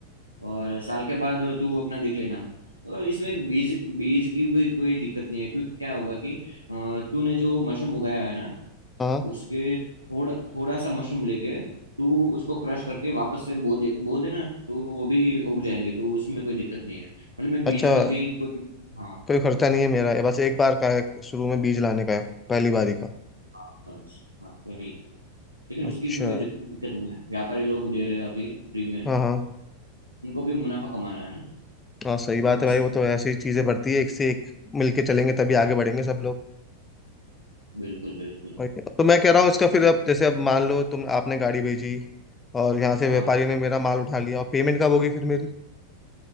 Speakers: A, on the right; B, on the left.
A: और साल के बाद तू अपना देख लेना और इसमें बीज बीज की भी कोई दिक्कत नहीं है क्योंकि क्या होगा कि अ, तूने जो मशरूम उगाया है ना
B: हाँ
A: उसके थोड़ा थोड़ा सा मशरूम लेके तो उसको क्रश करके वापस से बो दे बो देना तो वो भी उग जाएंगे तो उसमें कोई दिक्कत नहीं है मतलब मैं
B: अच्छा
A: बीज का भी कोई हाँ
B: कोई खर्चा नहीं है मेरा ये बस एक बार का है शुरू में बीज लाने का है पहली बारी का
A: हाँ हाँ, वही लेकिन उसकी
B: अच्छा
A: कोई दिक- दिक्कत नहीं है व्यापारी लोग दे रहे हैं अभी फ्री में
B: हाँ हाँ
A: उनको भी मुनाफा कमाना है ना
B: हाँ सही
A: तो
B: बात है
A: ऐसा
B: भाई वो
A: है।
B: तो ऐसी चीजें बढ़ती है एक से एक मिलके चलेंगे तभी आगे बढ़ेंगे सब लोग
A: बिल्कुल बिल्कुल
B: और ये- तो मैं कह रहा हूँ इसका फिर अब जैसे अब मान लो तुम आपने गाड़ी भेजी और यहाँ से
A: हाँ
B: व्यापारी ने मेरा माल उठा लिया और पेमेंट कब होगी फिर मेरी